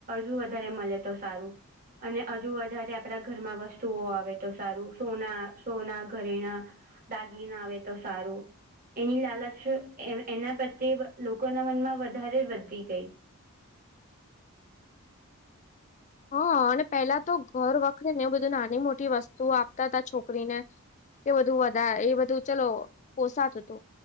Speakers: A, on the right; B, on the left.
A: હજુ વધારે મળે તો સારું. અને હજુ વધારે આપડા ઘરમાં વસ્તુઓ આવે તો સારું, સોના સોના ઘરેણા. ના આવે તો સારું. એની લાલચ એના પ્રત્યે લોકોના મનમાં વધારે વધતી ગઈ.
B: હા, અને પેલા તો ઘર વખરે ને, એવું બધું નાની મોટી વસ્તુઓ આપતા હતા છોકરીને. કે બધું વધારે એ, બધું ચલો પોસાતું હતું.